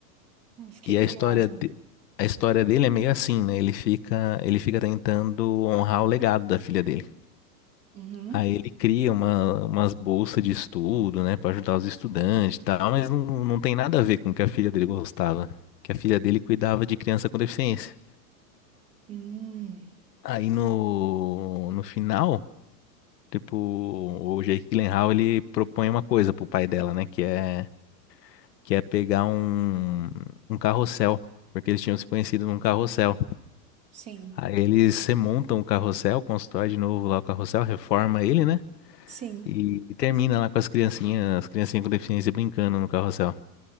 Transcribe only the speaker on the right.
Eu Fiquei
curiosa.
Uhum.
Hum,
sim.
Sim.